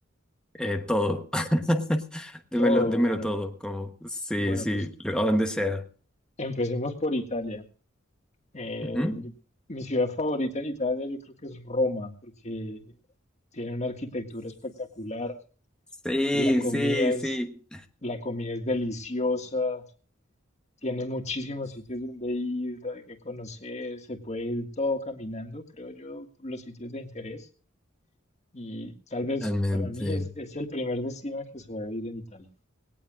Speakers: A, in the centre; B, on the left.
A: Eh, todo. <laughs> Démelo,
B: Todo,
A: démelo
B: bueno,
A: todo, como sí,
B: bueno,
A: sí,
B: pues
A: a donde sea.
B: empecemos por Italia. Eh,
A: Ujú.
B: mi, mi ciudad favorita en Italia yo creo que es Roma porque tiene una arquitectura espectacular,
A: Sí,
B: la comida
A: sí,
B: es,
A: sí.
B: la comida es deliciosa. Tiene muchísimos sitios donde ir, hay que conocer, se puede ir todo caminando, creo yo, por los sitios de interés. Y tal vez
A: Realmente.
B: para mí es, es el primer destino al que se debe ir en Italia.